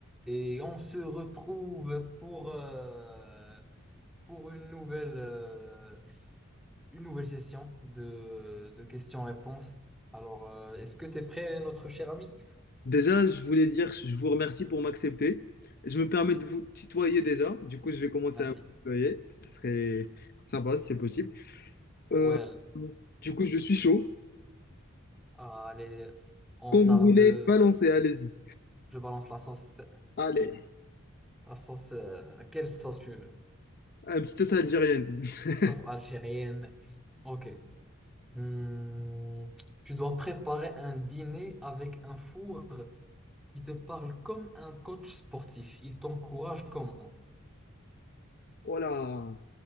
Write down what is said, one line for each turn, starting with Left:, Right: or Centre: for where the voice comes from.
Centre: Et on se retrouve pour, euh, pour une nouvelle, euh, une nouvelle session de, de questions-réponses. Alors, euh, est-ce que tu es prêt, notre cher ami?
Left: Déjà, je voulais dire, je vous remercie pour m'accepter. Je me permets de vous tutoyer déjà. Du coup, je vais commencer
Centre: Merci.
Left: à vous tutoyer. Ce serait sympa si c'est possible. Euh,
Centre: Well,
Left: du coup, je suis chaud.
Centre: ah, allez, on
Left: Quand
Centre: tarde.
Left: vous voulez, balancez, allez-y.
Centre: Je balance la sauce.
Left: Allez,
Centre: La sauce, euh, quelle sauce tu veux?
Left: un petit sauce algérienne. <laughs>
Centre: Sauce algérienne. Ok. Hmm, Tu dois préparer un dîner avec un four qui te parle comme un coach sportif. Il t'encourage comment?
Left: Voilà.